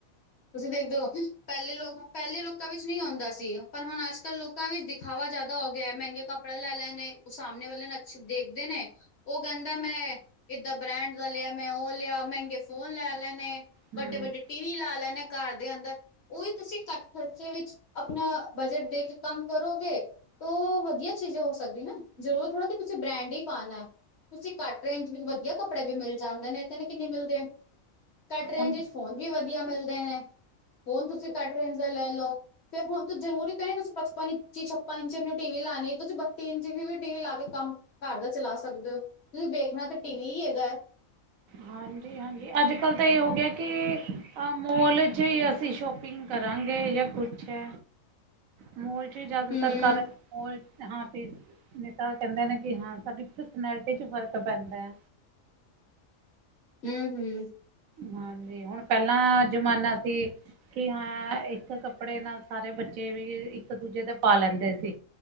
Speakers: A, on the left; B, on the right.
A: ਤੁਸੀਂ ਦੇਖਦੇ ਓ, ਪਹਿਲੇ ਲੋਕ, ਪਹਿਲੇ ਲੋਕਾਂ ਵਿੱਚ ਨਹੀਂ ਹੁੰਦਾ ਸੀ ਪਰ ਹੁਣ ਅਜ ਅੱਜ- ਕੱਲ ਲੋਕਾਂ ਵਿੱਚ ਦਿਖਾਵਾ ਜ਼ਿਆਦਾ ਹੋ ਗਿਆ। ਮਹਿੰਗੇ ਕੱਪੜੇ ਲੈ ਲੈਨੇ, ਉਹ ਸਾਹਮਣੇ ਵਾਲੇ ਅੱਛੇ ਦੇਖਦੇ ਨੇ ਉਹ ਕਹਿੰਦਾ ਮੈਂ, ਏਦਾਂ ਬ੍ਰੈਂਡ ਦਾ ਲਿਆ, ਮੈਂ ਉਹ ਲਿਆ, ਮਹਿੰਗੇ ਫੋਨ ਲੈ ਲੈਣੇ।
B: ਹੂੰ
A: ਵੱਡੇ- ਵੱਡੇ ਟੀ ਵੀ ਲਾ ਲੈਂਣੇ, ਘਰ ਦੇ ਅੰਦਰ। ਉਹੀ ਤੁਸੀਂ ਘੱਟ ਖਰਚੇ ਵਿੱਚ, ਆਪਣਾ ਬਜਟ ਦੇਖ ਕੰਮ ਕਰੋਗੇ, ਤੋ ਵਧੀਆ ਚੀਜ਼ਾਂ ਹੋ ਸਕਦੀ ਨਾ, ਜ਼ਰੂਰੀ ਥੋੜਾ ਤੁਸੀ ਬ੍ਰੈਂਡ ਹੀ ਪਾਣਾ, ਤੁਸੀਂ ਘੱਟ ਰੇਂਜ ਵਿੱਚ ਵਧੀਆ ਕੱਪੜੇ ਵੀ ਮਿਲ ਜਾਂਦੇ ਨੇ, ਐਦਾਂ ਦੇ ਕਿੰਨੇ ਮਿਲਦੇ ਕੱਟ ਰੇਂਜ
B: ਹੁਣ
A: ਵਿੱਚ ਫ਼ੋਨ ਵੀ ਵਧੀਆ ਮਿਲਦੇ ਨੇ, ਫ਼ੋਨ ਤੁਸੀਂ ਘੱਟ ਰੇਂਜ ਦਾ ਲੈ ਲਓ। ਫਿਰ ਹੁਣ ਤੂੰ ਜ਼ਰੂਰੀ ਤਾਂ ਨਹੀਂ ਤੁਸੀਂ ਪਚਪਨ ਇੰਚ ਈ ਛੱਪਨ ਇੰਚੀ ਆਪਣੀ ਟੀ ਵੀ ਲਾਉਣੀ, ਤੁਸੀ ਬੱਤੀ ਇੰਚੀ ਵੀ ਟੀਵ ਵੀ ਲਾ ਕੇ ਕੰਮ ਘਰ ਦਾ ਚਲਾ ਸਕਦੇ ਓ। ਤੁਸੀਂ ਵੇਖਣਾ ਤਾਂ ਟੀਵੀ ਹੈਗਾ।
B: ਹਾਂਜੀ-ਹਾਂਜੀ। ਅੱਜ-ਕਲ ਤਾਂ ਇਹ ਹੋ ਗਿਆ ਕਿ ਏ ਮੋਲ 'ਚ ਹੀ ਅਸੀਂ ਸ਼ੋਪਿੰਗ ਕਰਾਂਗੇ ਜਾਂ ਕੁਛ ਐ, ਮਾ ਜ਼ਿਆਦਾਤਰ
A: ਹੂੰ
B: ਕਰ <unintelligible> ਹਾਂ ਨੇਤਾ ਕਹਿੰਦੇ ਨੇ ਕਿ ਹਾਂ ਸਾਡੀ ਪਰਸੈਨਿਲ ਫਰਕ ਪੈਦੈ।
A: ਹੂੰ-ਹੂੰ।
B: ਹਾਂਜੀ, ਹੁਣ ਪਹਿਲਾਂ ਜ਼ਮਾਨਾ ਸੀ ਕੀ ਹਾਂ ਇੱਕ ਕੱਪੜੇ ਨਾਲ ਸਾਰੇ ਬੱਚੇ ਬੱਚੇ ਵੀ ਇੱਕ-ਦੂਜੇ ਦੇ ਪਾ ਲੈਂਦੇ ਸੀ,